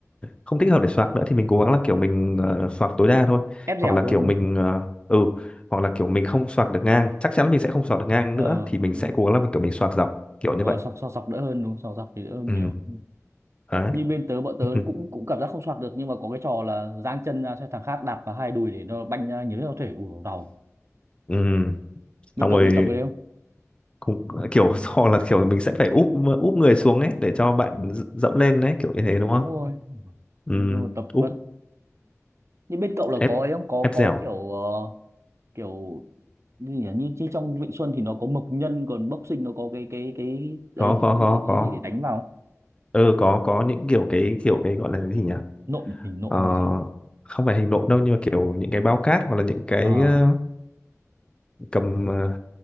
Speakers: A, on the left (about 20°); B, on the right (about 60°).
A: không thích hợp để soạc nữa thì mình cố gắng là kiểu mình uh, soạc tối đa thôi
B: ép
A: hoặc
B: dẻo
A: là
B: thôi
A: kiểu
B: đúng
A: mình
B: không
A: ờ, ừ hoặc là kiểu mình không soạc được ngang chắc chắn là mình sẽ không soạc được ngang
B: ờ
A: nữa thì mình
B: đúng
A: sẽ
B: không
A: cố gắng là kiểu mình soạc dọc kiểu như
B: ờ
A: vậy
B: sọc sọc sọc đỡ hơn đúng không? sọc sọc thì đỡ hơn
A: ừ
B: nhiều
A: đấy
B: như bên tớ bọn tớ
A: <laughs>
B: cũng cũng cảm giác không soạc được nhưng mà có cái trò là giang chân ra cho thằng khác đạp vào hai đùi để nó banh ra nhiều nhất có thể ủ đầu
A: ừ
B: bên
A: xong
B: cậu
A: rồi
B: bị tập cái đấy không
A: cũng kiểu <laughs>
B: Ừ.
A: hoặc là kiểu mình sẽ phải úp úp người xuống ấy để cho bạn d- dẫm lên đấy kiểu như thế đúng
B: đúng
A: không
B: rồi
A: ừ
B: nói chung là tập
A: úp
B: vật nhưng bên cậu là
A: ép
B: có ấy không có
A: ép
B: có
A: dẻo
B: kiểu ờ, kiểu như nhỉ như, như trong Vịnh Xuân thì nó có mộc nhân còn boxing nó có cái cái cái đấy
A: có
B: thì
A: có
B: bên
A: có
B: cậu
A: có
B: có gì để đánh vào không?
A: ừ có có những kiểu cái kiểu cái gọi là cái gì nhỉ
B: nộm hình nộm
A: ờ,
B: như cái gì
A: không phải hình nộm đâu nhưng mà kiểu những cái bao cát hoặc là những cái
B: à
A: ờ, cầm ờ,